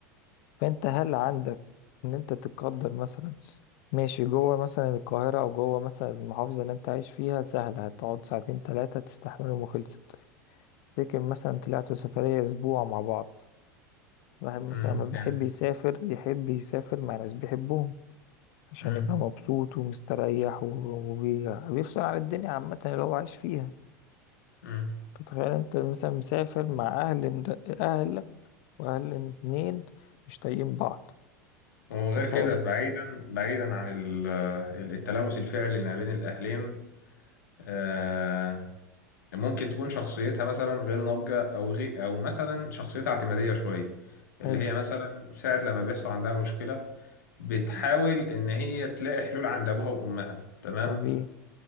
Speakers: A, on the left; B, on the left.
A: فانت هل عندك ان انت تقدر مثلا ماشي جوه مثلا القاهرة او جوه مثلا المحافظة اللي انت عايش فيها سهلة هتقعد ساعتين تلاتة تستحملهم وخلصت تفتكر مثلا طلعتوا سفرية اسبوع مع بعض واحد مثلا
B: مم.
A: ما بيحب
B: فهمت.
A: يسافر يحب يسافر مع ناس بيحبهم عشان
B: مم.
A: يبقى مبسوط ومستريح و- وبي- وبيفصل عن الدنيا عامة اللي هو عايش فيها
B: مم.
A: تتخيل انت مثلا مسافر مع اهل اهلك واهل اتنين مش طايقين بعض
B: وغير
A: تخيل
B: كده بعيدا بعيدا عن ال- ال- التلامس الفعلي اللي ما بين الاهلين آه، ممكن تكون شخصيتها مثلا غير ناضجه او غي او مثلا شخصيتها اعتماديه شويه اللي
A: حلو
B: هي مثلا ساعه لما بيحصل عندها مشكله بتحاول ان هي تلاقي حلول عند ابوها وامها تمام
A: طب ايه